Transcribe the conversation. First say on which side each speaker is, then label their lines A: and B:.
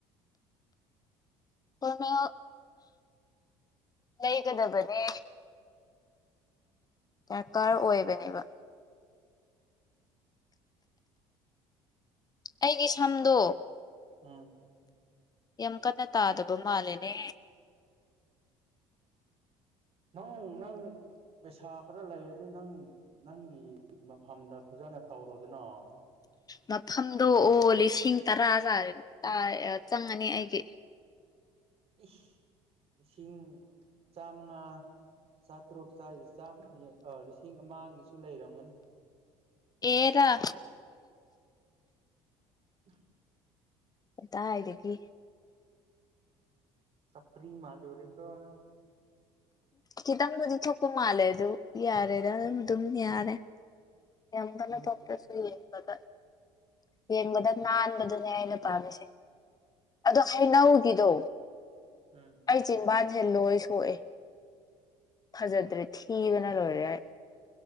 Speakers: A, on the left (about 30°); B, on the right (about 50°).
A: ꯅ ꯂꯩꯩꯒꯗꯕꯅꯤ ꯗꯔꯀꯥꯔ ꯑꯣꯏꯕꯅꯦꯕ ꯑꯩꯒꯤ ꯁꯝꯗꯣ
B: ꯎꯝ
A: ꯌꯥꯝ ꯀꯟꯅ ꯇꯥꯗꯕ ꯃꯥꯜꯂꯦꯅꯦ
B: ꯅꯪ ꯅꯪ ꯄꯩꯁꯥ ꯈꯔ ꯂꯩꯔꯗꯤ ꯅꯪ ꯅꯪꯒꯤ ꯃꯐꯝꯗ ꯐꯖꯅ ꯇꯧꯔꯨꯗꯅꯣ
A: ꯃꯐꯝꯗꯣ ꯑꯣ ꯂꯤꯁꯤꯡ ꯇꯔꯥ ꯇ ꯆꯪꯉꯅꯤ ꯑꯩꯒꯤ
B: ꯏꯁ ꯂꯤꯁꯤꯡ ꯆꯥꯃꯉꯥ ꯆꯥꯇ꯭ꯔꯨꯛ ꯆꯥꯝꯃ ꯂꯤꯁꯤꯡ ꯑꯃꯒꯤꯁꯨ ꯂꯩꯔꯝꯒꯅꯤ
A: ꯑꯦꯔꯔꯦ
B: <inaudible>
A: ꯀꯗꯥꯋꯥꯏꯗꯒꯤ
B: ꯁꯄ꯭ꯔꯤ ꯃꯥꯂꯔꯦ ꯀꯅ
A: ꯈꯤꯇꯪꯕꯨꯗꯤ ꯊꯣꯛꯄ ꯃꯥꯜꯂꯦ ꯑꯗꯨ ꯌꯥꯔꯦꯗ ꯑꯗꯨꯝ ꯑꯗꯨꯝ ꯌꯥꯔꯦ ꯌꯥꯝꯅ
B: ꯎꯝ
A: ꯇꯣꯄꯁꯨ ꯌꯦꯡꯕꯗ ꯌꯦꯡꯕꯗ ꯅꯥꯟꯕꯗꯨꯅꯦ ꯑꯩꯅ ꯄꯥꯝꯃꯤꯁꯦ ꯑꯗꯣ ꯍꯩꯅꯧꯒꯤꯗꯣ
B: ꯎꯝ
A: ꯑꯩ ꯆꯤꯟꯕꯥ ꯊꯦꯂꯣꯏ ꯁꯣꯛꯑꯦ ꯐꯖꯗ꯭ꯔꯦ ꯊꯤꯕꯅ ꯂꯣꯏꯔꯦ